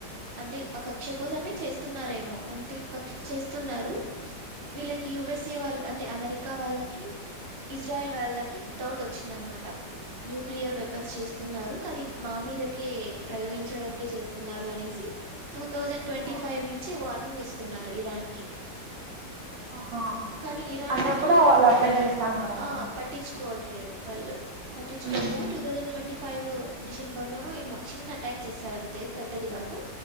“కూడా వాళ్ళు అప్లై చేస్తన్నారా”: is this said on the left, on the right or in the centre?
Right